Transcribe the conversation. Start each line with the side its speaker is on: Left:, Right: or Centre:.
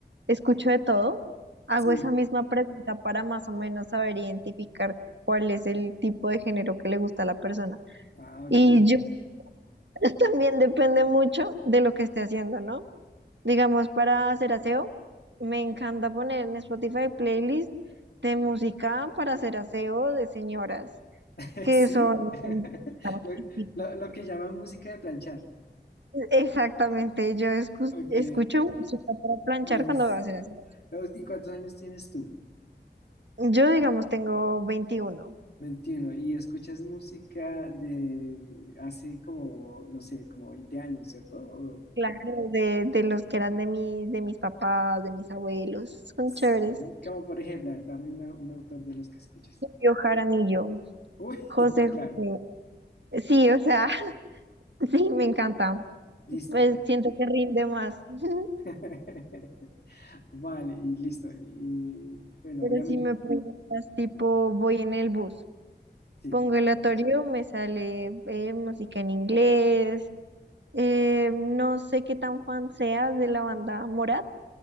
Right: escucho de todo, hago
Left: Sí.
Right: esa misma pregunta para más o menos saber identificar cuál es el tipo de género que le gusta a la persona.
Left: Ah,
Right: Y
Left: ok.
Right: yo <laughs> también depende mucho de lo que esté haciendo, ¿no? Digamos, para hacer aseo, me encanta poner en Spotify playlist de música para hacer aseo de señoras,
Left: <laughs>
Right: que
Left: Sí.
Right: son
Left: <laughs>
Right: <laughs> típicas,
Left: Lo,
Right: típicas.
Left: lo- lo que llaman música de planchar.
Right: Exactamente, yo escu-
Left: Ok.
Right: escucho música para planchar
Left: Es-
Right: cuando voy a hacer aseo.
Left: ¿y cuántos años tienes tú?
Right: Yo, digamos, tengo veintiuno
Left: Veintiuno Y escuchas música de hace como, no sé, como 20 años, ¿cierto? O-
Right: Claro, de, de los que eran de mis, de mis papás, de mis abuelos, son
Left: sí,
Right: chéveres.
Left: como por ejemplo, a ver, dame una- un autor de los que escuchas.
Right: Yo Jaramillo,
Left: Uy,
Right: José
Left: <laughs> claro.
Right: José. Sí, o sea, <laughs> sí,
Left: Ah,
Right: me encanta.
Left: Listo,
Right: Pues
Left: ¿eh?
Right: siento que rinde más. <laughs>
Left: <laughs> Vale, y listo. Y bueno,
Right: Pero
Left: obviamente,
Right: si me preguntas, tipo, voy en el bus,
Left: sí.
Right: pongo el aleatorio, me sale eh, música en inglés, eh, no sé qué tan fan seas de la banda Morat,